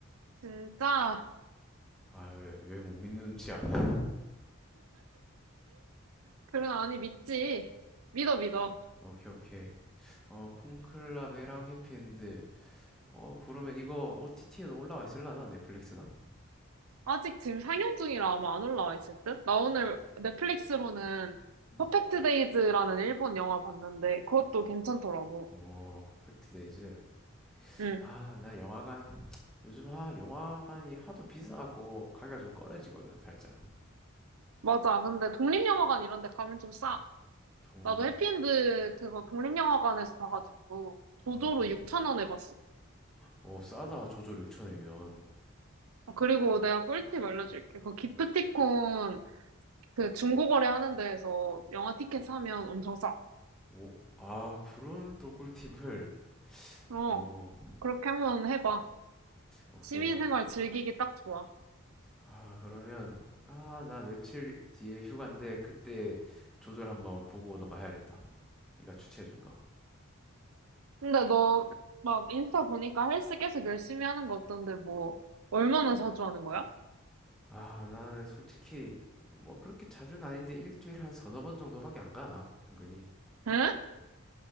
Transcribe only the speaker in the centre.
아 왜 왜 못 믿는 눈치야. <laughs>
오케이 오케이. 어 콘클라베랑 해피엔드. 어 그러면 이거 OTT에도 올라와 있을라나 넷플릭스나?
음.
오 퍼펙트 데이즈.
아 나 영화관 요즘 아 영화관이 하도 비싸갖고 가게가 좀 꺼려지거든 살짝
돈,
음,
어 싸다 조조로 6천원이면
오, 아 그런 또 꿀팁을
오,
오케이
그럼
아 그러면 아 나 며칠 뒤에 휴가인데 그때 조조를 한번 보고 오던가 해야겠다 네가 추천해준
거아 나는 솔직히 뭐 그렇게 자주는 아닌데 일주일에 한 서너 번 정도밖에 안 가나 은근히